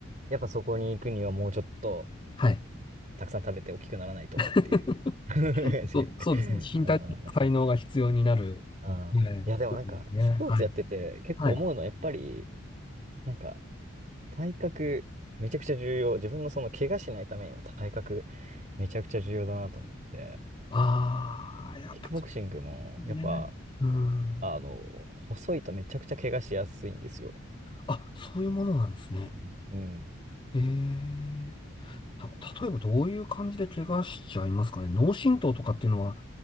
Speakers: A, on the right; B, on the left.
A: やっぱそこに行くにはもうちょっと
B: はい。
A: たくさん食べて大きくならないとっていう
B: <laughs>
A: <laughs> 感じ。
B: そうそうですね。
A: <laughs> うんうんうん、
B: 身体的才能が必要になる。
A: ああ。
B: はい。
A: いや、でもなんか、
B: ね。
A: スポーツやってて結構思うのは、
B: はい。はい。
A: やっぱり、なんか、体格、めちゃくちゃ重要。自分のその怪我しないためにも体格、めちゃくちゃ重要だなと思って、
B: ああ、やっぱそ
A: キックボクシングも、
B: うですね。
A: やっぱ、
B: うん。
A: あの、細いとめちゃくちゃ怪我しやすいんですよ。
B: あ、そういうものなんですね。
A: うんうん。
B: ええた、例えばどういう感じで怪我しちゃいますかね。脳震盪とかっていうのは、